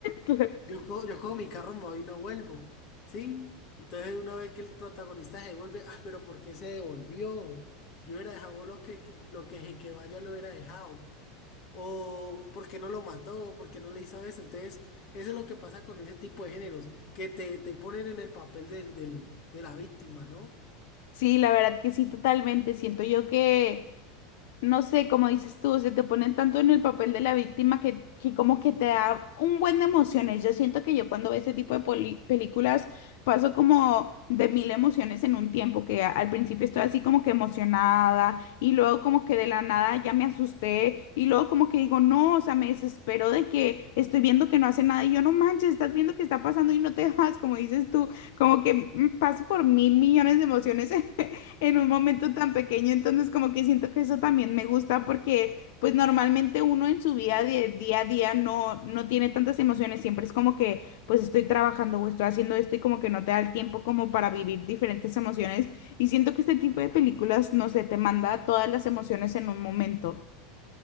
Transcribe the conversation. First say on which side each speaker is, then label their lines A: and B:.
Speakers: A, on the left (about 65°); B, on the left (about 40°).
A: <laughs> Claro.
B: Yo cojo, yo cojo mi carro, me voy y no vuelvo, ¿sí? Entonces uno ve que el protagonista se devuelve, ah, pero ¿por qué se devolvió? Yo hubiera dejado lo que, lo que se que vaya lo hubiera dejado o por qué no lo mató, o por qué no le hizo eso. Entonces, eso es lo que pasa con ese tipo de géneros, que te, te ponen en el papel del, del- de la víctima, ¿no?
A: Sí, la verdad que sí, totalmente. Siento yo que no sé, como dices tú, se te ponen tanto en el papel de la víctima que, que como que te da un buen de emociones. Yo siento que yo cuando veo ese tipo de poli- películas paso como de mil emociones en un tiempo, que a- al principio estoy así como que emocionada y luego como que de la nada ya me asusté y luego como que digo, no, o sea, me desespero de que estoy viendo que no hace nada y yo no manches, estás viendo que está pasando y no te <laughs> vas, como dices tú, como que mm, paso por mil millones de emociones <laughs> en un momento tan pequeño, entonces como que siento que eso también me gusta porque pues normalmente uno en su vida de día a día no, no tiene tantas emociones, siempre es como que pues estoy trabajando o estoy haciendo esto y como que no te da el tiempo como para vivir diferentes emociones y siento que este tipo de películas, no sé, te manda todas las emociones en un momento.